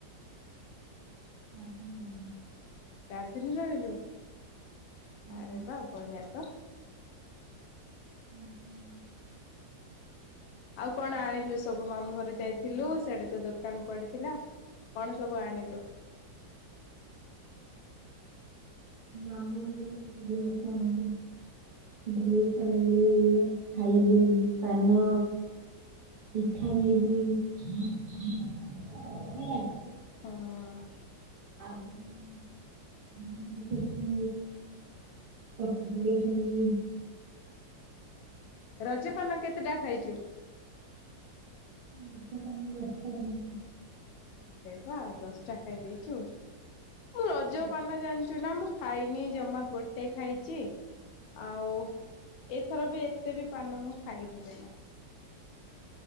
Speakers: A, on the right; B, on the left.
A: କରଦନ କରଦ
B: ଚାରିଦିନ ରହିଲୁ
A: ଗାର୍ଡେନ
B: ଆରେ ବା ବଢ଼ିଆ ତ।
A: ହୁଁ ହୁଁ।
B: ଆଉ କଣ ଆଣିଲୁ ସବୁ ମାମୁଁ ଘରେ ଯାଇଥିଲୁ ସେଟେ ତ ଦୋକାନ ପଡିଥିଲା କଣ ସବୁ ଆଣିଲୁ?
A: ଆମ ଘରେ ଗ ଡ୍ରେସ୍ ଆଣିଲ ଡ୍ରେସ୍ ଆଣିଲି ଖାଇଲି ପାନ ପିଠା ଖାଇଲି ହେଲା।
B: ହୁଁ ।
A: ଆଉ ଉଁ ମୁଁ ଉଁ ସେଠି ପଟା ଦୋଳି ଖେଳିଲି।
B: ରଜପାନ କେତେଟା ଖାଇଛୁ?
A: ରଜ ପାନ ଦଶଟା ଖାଇଛି ।
B: ଆରେ ବାଃ ଦଶଟା ଖାଇ ଦେଇଛୁ। ମୁଁ ରଜପାନ
A: ଦଶଟା
B: ଜାଣିଛୁ ନା ମୁଁ ଖା ଖାଇନି ଜମା ଗୋଟେ ଖାଇଛି ଆଉ ଏଥର ବି ଏତେ ବି ପାନ ମୁଁ ଖାଇନି ଜମା।